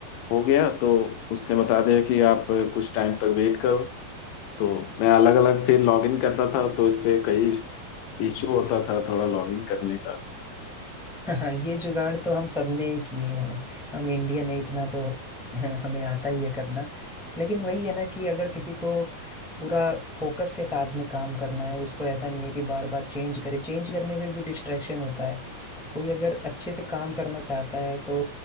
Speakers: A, on the left; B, in the centre.
A: हो गया तो उसने बता दिया कि आप कुछ टाइम तक वेट करो तो मैं अलग अलग फिर लॉगिन करता था तो इससे कई इशू होता था थोड़ा लॉगिन करने का
B: हाँ ये जुगाड़ तो हम सबने ही किए हैं हम इंडियन है इतना तो <laughs> हमें आता ही है करना लेकिन वही है ना कि अगर किसी को पूरा फोकस के साथ में काम करना है उसको ऐसा नहीं है कि बार बार चेंज करे चेंज करने में भी डिस्ट्रैक्शन होता है कोई अगर अच्छे से काम करना चाहता है तो